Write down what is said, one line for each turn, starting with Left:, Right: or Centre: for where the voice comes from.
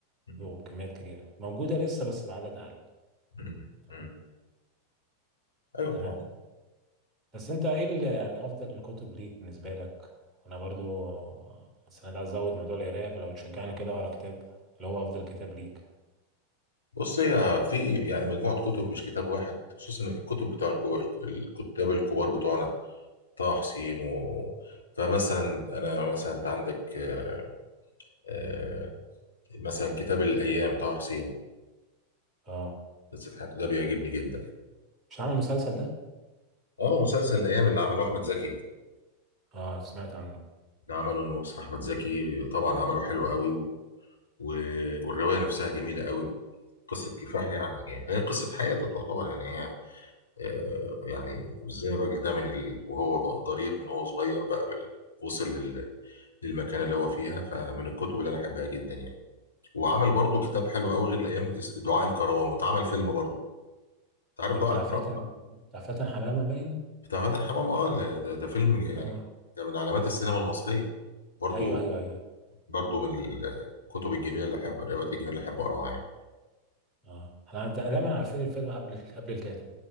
Left: مم.
Right: وبكميات كبيرة موجودة لسه بس بعدد أقل
Left: مم.
Right: تمام
Left: مم. ايوه
Right: تمام
Left: طبعا
Right: بس أنت إيه اللي يعني أفضل الكتب ليك بالنسبة لك وأنا برضو السنة دي عايز أزود موضوع القراية فلو تشجعني كده أقرأ كتاب اللي هو أفضل كتاب ليك
Left: بص هي في يعني مجموعه كتب مش كتاب واحد خصوصا الكتب بتوع الكو- الكتاب الكبار بتوعنا طه حسين و... فمثلا انا مثلا انت عندك آه، آه، مثلا كتاب الأيام طه حسين
Right: أه
Left: قصة حياته ده بيعجبني جدا
Right: مش هعمل مسلسل ده؟
Left: اه مسلسل الأيام اللي عمله أحمد زكي
Right: أه سمعت عنه
Left: اللي عمله الممثل أحمد زكي طبعا عمله حلو قوي و... و... والرواية نفسها جميلة قوي قصة كفاح
Right: مم.
Left: يعني هي قصة حياته تعتبر يعني هي آه، يعني ازاي الراجل ده من ال... وهو بقى ضرير من هو صغير بقى بال... وصل لل... للمكانة اللي هو فيها فمن الكتب اللي أنا أحبها جدا يعني وعمل برضه كتاب حلو قوي غير الأيام اس- دعاء الكروان واتعمل فيلم برضه أنت عارف
Right: ده
Left: دعاء
Right: بتاع
Left: الكروان
Right: فاتن بتاع فاتن حمامة باين؟
Left: بتاع مدحت حمام اه ال- ده, ده فيلم ج- يعني
Right: أه
Left: ده من علامات السينما المصرية برضو
Right: أيوه أيوه أيوه
Left: برضو من الكتب الجميلة اللي أحب الروايات الجميلة اللي أحب أقراها يعني
Right: اه احنا دايما عارفين الفيلم قبل قبل الكاتب